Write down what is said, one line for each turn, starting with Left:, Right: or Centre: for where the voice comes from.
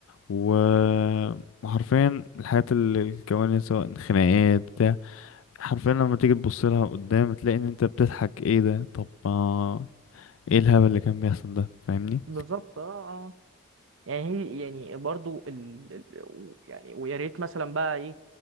Left: و- وحرفيا الحاجات اللي الكوانيس سواء خناقات بتاع حرفيا لما تيجي تبص لها قدام تلاقي ان انت بتضحك ايه ده طب ما ايه الهبل اللي كان بيحصل ده فاهمني
Right: بالظبط اه يعني هي يعني برضو ال... ال- يعني ويا ريت مثلا بقى ايه